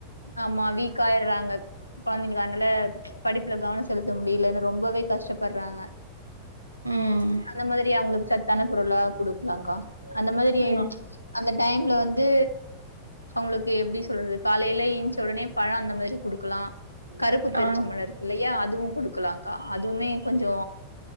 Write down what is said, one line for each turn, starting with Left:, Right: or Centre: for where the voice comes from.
Left: ஆமா வீக்கா ஆயுடுறாங்க கொழந்தைங்க அதனால படிப்புல கவனம் செலுத்த முடில ரொம்பவே கஷ்டப்பர்றாங்க
Right: ம்.
Left: அந்த மாதிரி அவுங்களுக்கு சத் தான பொருளா கொடுக்கலாகா அந்த மாதிரி
Right: ஆ.
Left: அந்த டைம்ல வந்து அவுங்களுக்கு எப்டி சொல்றது காலையில ஏஞ்ச உடனே பழம் அந்த மாதிரி குடுக்கலா கருப்பு பேருச்சமழொ‌
Right: ஆ
Left: இருக்குல்லயா அதுவு குடுக்கலா கா அதுவ்மே கொஞ்சோ